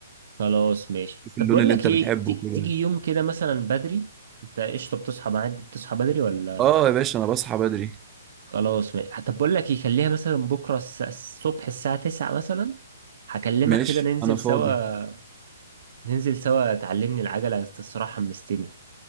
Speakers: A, on the right; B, on the right.
A: خلاص ماشي
B: شوف
A: طب
B: اللون
A: بقول
B: اللي
A: لك
B: انت
A: ايه
B: بتحبه
A: تي-
B: كده
A: تيجي يوم كده مثلا بدري انت قشطة بتصحى معاك بتصحى بدري ولا
B: اه يا باشا انا بصحى بدري
A: خلاص ما- حتى بقول لك يخليها مثلا بكرة الس- الصبح الساعة 9 مثلا هكلمك
B: ماشي
A: كده ننزل
B: انا فاضي
A: سوا ننزل سوا تعلمني العجلة انت الصراحة حمستني